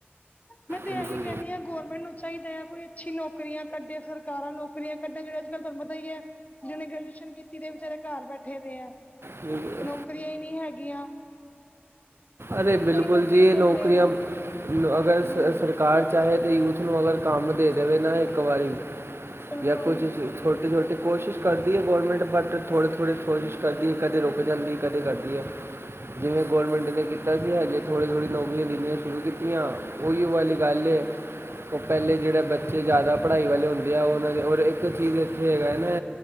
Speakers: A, on the left; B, on the right.
A: ਮੈਂ ਤੇ
B: ਬਿਲਕੁਲ
A: ਇਹੀ ਕਹਿਣੀ ਆ ਗੈਰਮੈਂਟ ਨੂੰ ਚਾਹੀਦਾ ਹੈ। ਕੋਈ ਅੱਛੀ ਨੌਕਰੀਆਂ ਕੱਢੇ ਸਰਕਾਰਾਂ ਨੌਕਰੀਆਂ ਕੱਢਣ ਜਿਹੜੇ ਅੱਜ ਕੱਲ੍ਹ ਤੁਹਾਨੂੰ ਪਤਾ ਹੀ ਹੈ ਜਿਹੇ ਗ੍ਰੈਜੂਏਸ਼ਨ ਕੀਤੀ ਤੇ ਵਿੱਚਾਰੇ ਘਰ ਬੈਠੇ ਦੇ ਹੈ
B: ਜੀ, ਬਿਲਕੁਲ
A: ਨੌਕਰੀਆਂ ਹੀ ਨਹੀਂੀ ਹੈਗੀਆਂ।
B: ਅਰੇ
A: ਹੁਣ
B: ਬਿਲਕੁਲ
A: ਕਈ ਲੋਕੀ
B: ਜੀ
A: ਕਹਿੰਦੇ
B: ਇਹ ਨੌਕਰੀਆਂ
A: ਆ
B: ਅਗਰ
A: ਹਾਂਜੀ
B: ਸਰਕਾਰ ਚਾਹੇ ਤਾਂ ਯੂਥ ਨੂੰ ਅਗਰ ਕੰਮ ਦੇ ਦੇਵੇ ਨਾ ਇੱਕ ਵਾਰੀ
A: ਬਿਲਕੁਲ
B: ਜਾਂ ਕੁਝ ਛੋਟੀ ਛੋਟੀ ਕੋਸ਼ਿਸ਼ ਕਰਦੀ ਹੈ। ਗੌਰਮੈਂਟ ਬਟ ਥੋੜੀ ਥੋੜੀ ਕੋਸ਼ਿਸ਼ ਕਰਦੀ ਹੈ ਕਿ ਕਦੇ ਰੁਕ ਜਾਂਦੀ ਹੈ ਕਦੇ ਕਰਦੀ ਹੈ। ਜਿਵੇਂ ਗੋੌਰਮੈਂਟ ਨੇ ਕੀਤਾ ਸੀ। ਹਜੇ ਥੋੜ੍ਹੀ ਥੋੜ੍ਹੀ ਨੌਕਰੀਆਂ ਦਿਣੀਆਂ ਸ਼ੁਰੂ ਕੀਤੀਆਂ। ਉਹੀ ਵਾਲੀ ਗੱਲ ਹੈ। ਉਹ ਪਹਿਲੇ ਜਿਹੜੇ ਬੱਚੇ ਜ਼ਿਆਦਾ ਪੜ੍ਹਾਈ ਵਾਲੇ ਹੁੰਦੇ ਆ। ਉਹਨਾਂ ਦੇ ਔਰ ਇੱਕ ਚੀਜ਼ ਇੱਥੇ ਹੈਗਾ ਨਾ